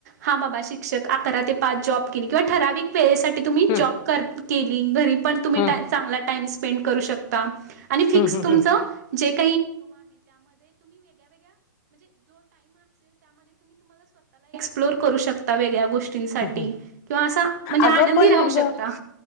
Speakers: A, on the right; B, on the left.
A: हां बाबा शिक्षक अकरा ते पाच जॉब केली किंवा ठराविक वेळेसाठी तुम्ही
B: हम्म
A: जॉब कर केली घरी पण तुम्ही
B: हम्म
A: चांगला टाईम स्पेंड करू शकता आणि फिक्स
B: हम्म
A: तुमच
B: हम्म
A: जे <inaudible> एक्प्लर करू शता वेळ्याोष्टी साठी
B: हम्म
A: किंवा असा म्हणजे
B: अगं
A: आनंदी
B: पण
A: राहू
B: मग
A: शकता
B: हम्म